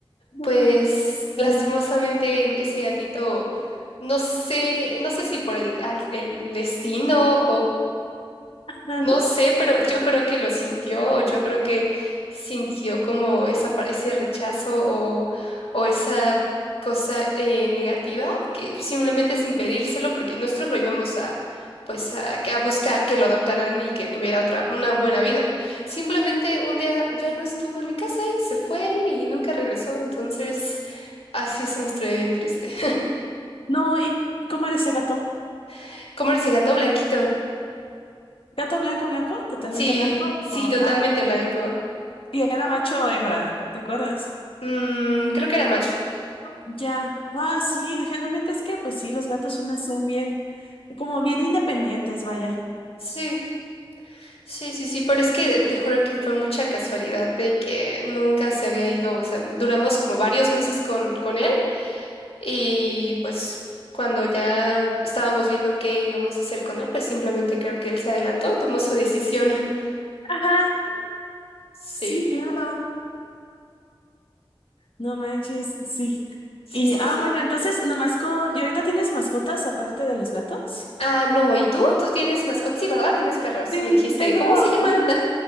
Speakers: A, on the left (about 65°); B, on the left (about 80°).
A: No,
B: pues lastimosamente
A: no.
B: em, ese gatito, no sé, no sé si por el, al- el destino
A: Ah,
B: no sé, pero yo creo que lo sintió, o yo creo que sintió como esa, par- ese rechazo o, o esa cosa eh, negativa que simplemente sin pedírselo, porque nosotros lo íbamos a, pues a, a buscar que lo adoptaran y que tuviera otra, una buena vida. Simplemente un día ya no estuvo en mi casa y se fue y nunca regresó, entonces así es una historia bien triste.
A: no, ¿y cómo era ese gato?
B: <laughs> Comerse gato blanquito.
A: ¿Gato blanco, blanco? ¿Totalmente
B: Sí,
A: blanco?
B: sí,
A: No, O-
B: totalmente
A: ah, ok.
B: blanco.
A: ¿Y era no, macho o hembra? ¿Te acuerdas?
B: Mm, creo que era macho.
A: Ya. Ah, sí, generalmente es que, pues sí, los gatos suelen ser bien, como bien independientes, vaya.
B: Sí, sí, sí, sí, pero es que te juro que fue mucha casualidad de que nunca se había ido, o sea, duramos como varios meses con, con él y pues cuando ya estábamos viendo qué íbamos a hacer con él, pues simplemente creo que él se adelantó y tomó su decisión. <laughs>
A: ajá,
B: Sí,
A: Sí, claro. No manches, sí.
B: sí,
A: Y,
B: sí,
A: ah,
B: sí.
A: bueno, entonces, nomás con... ¿Y ahorita tienes mascotas aparte de los gatos?
B: Ah, no, ¿y tú? ¿Tú tienes mascotas? Sí, ¿verdad? Tienes perros,
A: Sí,
B: me dijiste.
A: tengo.
B: ¿Cómo se llaman?
A: <laughs>